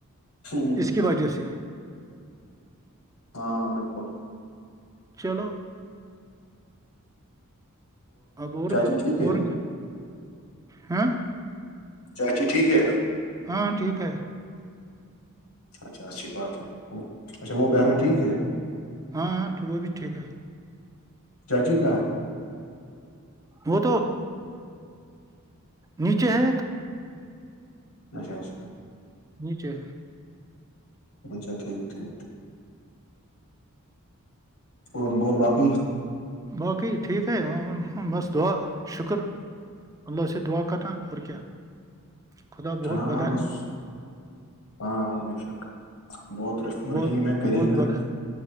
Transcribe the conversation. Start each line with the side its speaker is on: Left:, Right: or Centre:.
Left: ہاں
Right: اس کی وجہ سے
Left: ہاں ہاں بالکل
Right: چلو اب اور
Left: چاچی ٹھیک ہے
Right: اور ہ
Left: چاچی ٹھیک ہے
Right: ہاں ٹھیک ہے
Left: اچھا اچھی بات ہے وہ اچھا وہ بہنا ٹھیک ہے
Right: ہاں تو وہ بھی ٹھیک ہے
Left: چاچی کا
Right: وہ تو نیچے ہے
Left: اچھا اچھا
Right: نیچے
Left: اچھا ٹھیک ٹھیک اور اور باقی
Right: باقی ٹھیک ہے بس دعا شکر اللہ سے دعا کر تھا اور کیا خدا بہت
Left: ہاں ہاں
Right: بدا
Left: بس
Right: ہے
Left: ہاں مشک بہت
Right: بہت
Left: رحیم ہے قریب
Right: بہت
Left: ہے
Right: بڑا